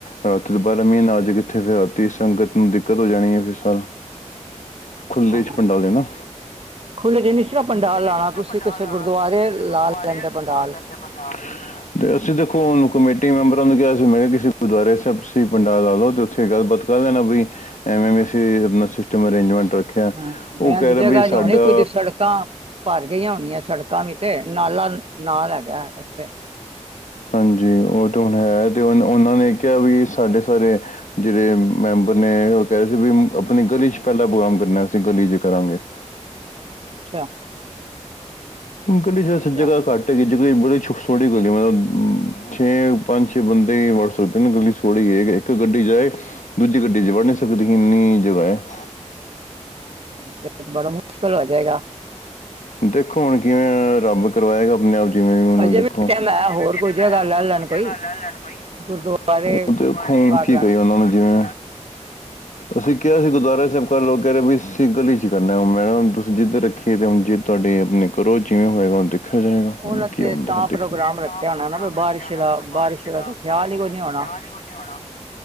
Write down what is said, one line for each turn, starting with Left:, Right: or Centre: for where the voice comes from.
Left: ਰਾਤੀ ਦੁਬਾਰਾ ਮੀਂਹ ਨੇ ਆ ਜਾ ਕਿੱਥੇ ਫਿਰ ਰਾਤੀ ਸੰਗਤ ਨੂੰ ਦਿੱਕਤ ਹੋ ਜਾਣੀ ਹੈ ਫਿਰ ਸਾਰਾ ਖੁੱਲੇ
Right: ਹਾਂ।
Left: 'ਚ ਪੰਡਾਲ ਏ ਨਾ।
Right: ਖੁੱਲੇ ਚ ਨੀ ਇਸ ਤਰ੍ਹਾਂ ਪੰਡਾਲ
Left: ਖੁੱਲੇ ਜ
Right: ਲਾਣਾ,
Left: ਨ ਸੀ ਨਾ
Right: ਤੁਸੀਂ
Left: ਪੰਡਾਲ
Right: ਕਿਸੇ
Left: ਲਾਉਣਾ
Right: ਗੁਰਦੁਆਰੇ
Left: ਤੁਸੀਂ ਕਿਸੇ
Right: ਲਾ
Left: ਗੁਰਦੁਆਰੇ
Right: ਲੈਂਦੇ ਪੰਡਾਲ।
Left: ਲਾ ਲੈਂਦੇ ਪੰਡਾਲ <inaudible> ਤੇ ਅਸੀਂ ਦੇਖੋ ਹੁਣ ਕਮੇਟੀ ਮੈਂਬਰਾਂ ਨੂੰ ਕਿਹਾ ਸੀ, ਮੈਂ ਕਿਹਾ, ਕਿਸੇ ਗੁਰਦੁਆਰੇ ਸਾਹਿਬ, ਤੁਸੀਂ ਪੰਡਾਲ ਲਾ ਲਓ, ਤੇ ਉੱਥੇ ਗੱਲਬਾਤ ਕਰ ਲੈਣਾ ਵਈ ਐਵੇਂ ਮੇ ਸੇ ਨ ਸਿਸਟਮ ਅਰੇਂਜਮੈਂਟ ਰੱਖਿਆ
Right: ਹਾਂ
Left: ਉਹ
Right: ਬਹਿਣ
Left: ਕਹਿ
Right: ਦੀ
Left: ਰਹੇ
Right: ਜਗ੍ਹਾ
Left: ਬੀ
Right: ਨੀ
Left: ਸਾਡਾ
Right: ਹੋਣੀ ਕੁੱਝ ਸੜਕਾਂ ਭਰ ਗਈਆਂ, ਹੋਣੀਆਂ ਸੜਕਾਂ ਵੀ ਤੇ, ਨਾਲਾ, ਨਾਲ ਹੈਗਾ ਉਥੇ
Left: ਹਾਂਜੀ, ਉਹ ਤਾਂ ਹੁਣ ਹੈ ਤੇ ਉਹ ਉਹਨਾਂ ਨੇ ਕਿਹਾ ਵੀ ਸਾਡੇ ਸਾਰੇ ਜਿਹੜੇ ਮੈਂਬਰ ਨੇ ਉਹ ਕਹਿ ਰਹੇ ਸੀ ਵੀ ਆਪਣੀ ਗਲੀ 'ਚ ਪੈਲਾਂ ਪ੍ਰੋਗਰਾਮ ਕਰਨਾ ਅਸੀਂ ਗਲੀ 'ਚ ਕਰਾਂਗੇ। <inaudible>
Right: ਅੱਛਾ
Left: ਗਲੀ ਚ,
Right: ਅੱਛਾ
Left: ਵੈਸੇ ਜਗ੍ਹਾ ਘੱਟ ਹੈਗੀ <unintelligible> ਥੋੜ੍ਹੀ ਗਲੀ ਮਤਲਬ ਛੇ ਪੰਜ ਛੇ ਬੰਦੇ ਹੀ ਵੜ ਸਕਦੇ ਨੇ ਗਲੀ ਸੌੜ੍ਹੀ ਇੱਕ ਗੱਡੀ ਜਾਏ। ਦੂਜੀ ਗੱਡੀ 'ਚ ਵੜ ਨੀ ਸਕਦੀ ਇੰਨੀ ਜਗ੍ਹਾ ਹੈ।
Right: ਫੇਰ ਬੜਾ, ਮੁਸ਼ਕਿਲ ਹੋ ਜਾਏਗਾ।
Left: ਦੇਖੋ, ਹੁਣ ਕਿਵੇ ਰੱਬ ਕਰਵਾਏਗਾ, ਆਪਣੇ ਆਪ। ਜਿਵੇਂ ਵੀ ਹੁਣ
Right: ਅਜੇ
Left: ਦੇਖੋ
Right: ਟਾਈਮ
Left: <unintelligible>
Right: ਹੈ ਹੋਰ ਕੋਈ ਜਗ੍ਹਾ ਲੈ ਲੈਣ ਕੋਈ ਗੁਰਦੁਆਰੇ
Left: ਦੇਖੋ
Right: ਕਰ
Left: ਹੁਣ ਕੀ
Right: ਲੈਣ
Left: ਕਹੀਏ, ਉਹਨਾਂ ਨੂੰ, ਜਿਵੇਂ ਅਸੀਂ ਕਿਹਾ ਸੀ ਗੁਰਦੁਆਰਾ ਸਾਬ੍ਹ ਕਰ ਲੋ ਕਹਿ ਰਹੇ ਵੀ ਅਸੀਂ ਗਲੀ 'ਚ ਕਰਨਾ ਹੁਣ ਮੈਂ ਹੁਣ ਤੁਸੀਂ ਜਿੱਦ ਰੱਖੀਏ ਹੁਣ ਜਿੱਦ ਤੁਹਾਡੇ ਆਪਣੇ ਘਰੋਂ ਜਿਵੇਂ ਹੋਏਗਾ। <unintelligible>
Right: ਉਹਨਾਂ ਤੇ ਤਾਂ ਪ੍ਰੋਗਰਾਮ ਰੱਖਿਆ ਹੋਣਾ ਨਾ ਵੀ ਬਾਰਿਸ਼ ਦਾ ਬਾਰਿਸ਼ ਦਾ ਤਾਂ ਖਿਆਲ
Left: ਬਾਰਿਸ਼
Right: ਹੀ ਕੋਈ
Left: ਨ
Right: ਨੀ ਹੋਣਾ
Left: ਵਿਆਹ ਕੁ ਜਾਣਾ